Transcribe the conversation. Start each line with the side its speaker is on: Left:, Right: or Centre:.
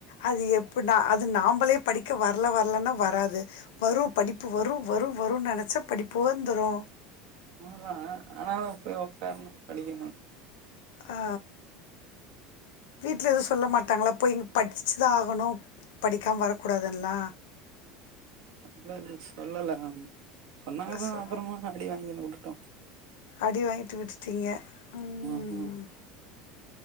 Left: அது எப்டினா அது நாபளே படிக்க வரல வரலன்னா வராது வரு படிப் பு வரு வரு வருன்னு நெனச்சா படிப்பு வந்துரு
Right: உண்மதா ஆனா நா போய் உக்காரணு படிக்கணு
Left: ஆ வீட்ல எதுவு சொல்ல மாட்டாங்களா போய் இங்க படிச்சுதா ஆகணு படிக்காம வரக்கூடாதுனல்லா
Right: இல்ல இல்ல சொல்லல சொன்னாங்கதா
Left: சோ
Right: அப்புறமா அடி வாங்கினு வுட்டுட்டோ
Left: அடி வாங்கிட்டு விட்டுட்டீங்க ம்
Right: ஆமா